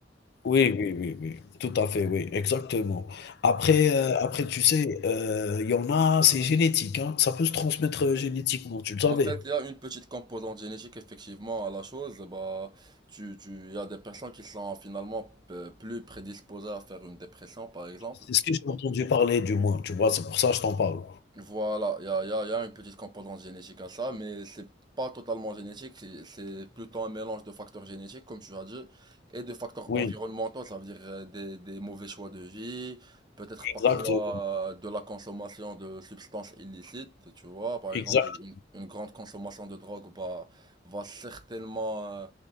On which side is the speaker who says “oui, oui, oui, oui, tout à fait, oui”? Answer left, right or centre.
Left